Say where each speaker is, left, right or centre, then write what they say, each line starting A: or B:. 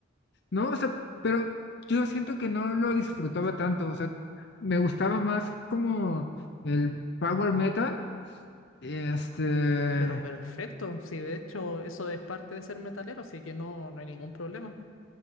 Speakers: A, on the left; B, on the left.
A: No, o sea, pero yo siento que no lo disfrutaba tanto, o sea, me gustaba más como el power metal, este,
B: Pero perfecto, sí, de hecho eso es parte de ser metalero, así que no, no hay ningún problema.